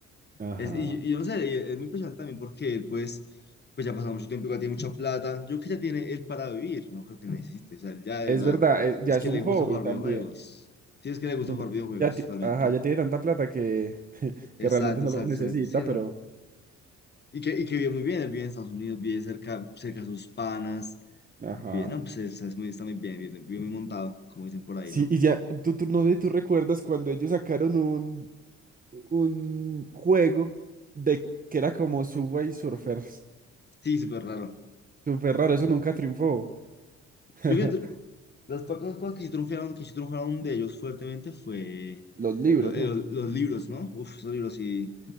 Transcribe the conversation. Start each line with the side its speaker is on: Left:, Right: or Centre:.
Right: Ajá.
Left: Es, y, y yo no sé, y es muy impresionante también porque él, pues, pues ya ha pasado mucho tiempo, igual tiene mucha plata. Yo creo que ya tiene él para vivir, no creo que necesite. O sea, él ya de
Right: Es
Left: verdad,
Right: verdad, es- ya
Left: es
Right: es
Left: que
Right: un
Left: le
Right: hobby
Left: gusta jugar
Right: también.
Left: videojuegos. Sí, es que le gusta
Right: Siento-
Left: jugar videojuegos
Right: Ya, ti-
Left: totalmente.
Right: ajá, ya tiene tanta plata que,
Left: Exacto,
Right: que realmente no
Left: exacto,
Right: lo necesita,
Left: exacto. Sí, no.
Right: pero.
Left: Y que, y que vive muy bien, él vive en Estados Unidos, vive cerca, cerca a sus panas.
Right: Ajá.
Left: Vive, no, pues es- es muy- está muy bien, vive, vive muy montado, como dicen por ahí,
Right: Sí,
Left: ¿no?
Right: y ya, tú, tú- no sé si tú recuerdas cuando ellos sacaron un, un juego de que era como Subway Surfers.
Left: Sí, súper raro.
Right: Súper raro, eso nunca triunfó. <laughs>
Left: Yo creo que las pocas cosas que sí triunfaron, que sí triunfaron de ellos fuertemente fue
Right: Los libros,
Left: lo- eh,
Right: ¿no?
Left: los, los libros, ¿no? Uf, esos libros sí